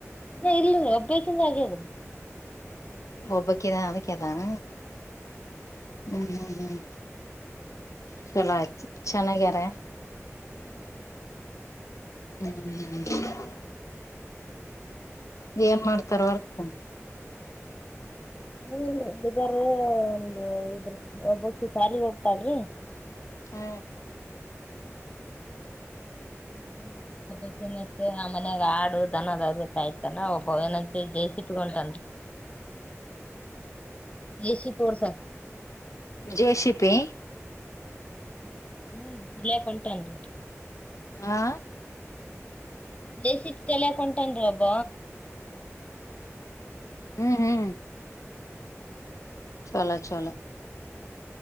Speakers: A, on the left; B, on the left.
A: ಇಲ್ಲ ಇಲ್ಲ ಒಬ್ಬೇಕಂದ ಆಗ್ಯಿಲ್ಲ
B: ಒಬ್ಬಕದ ಅದಕ್ಕೆದಾನ ಹ್ಮ್ ಹ್ಮ ಹ್ಮ್ ಚಲ ಆಯತಿು ಚೆನ್ನಾಗ್ಯಾರ
A: ಹ್ಮ್
B: ಹ್ಮ್ ಹ್ಮ್ ಏನ್ ಮಾಡ್ತಾರ ಅರ್ತ
A: ಹ್ಮ ಬಗಾರ ಒಂದು ಇದ್ರ ಒಬ್ಬಕ್ಕ ಶಾಲಿಗೆ ಹೋಗ್ತಳ್ರಿ
B: ಹಾ
A: ಹ್ಮ್ ಒಬ್ಬ ಏನತ್ ಆ ಮನ್ಯಾಗ ಆಡು ದನದಾದ ಕಾಯ್ತಾನ ಒಬ್ಬ ಏನ ಜೇಸಟ್ಕೊಟನ್ ದಸಿ ಪೋರ್ಸ
B: ಜೆಸಿಪಿ
A: ಹ್ಮ ಇಲ್ಲಯ ಉಂಟನ್ರಿ
B: ಹಾ
A: ಬೇಸಿತ್ ತಲೆ ಕೊಂಟನ್ಿ ಒಬ್ಬ
B: ಹ್ಮ್ ಹ್ಮ್ ಚಲೋ ಚಲ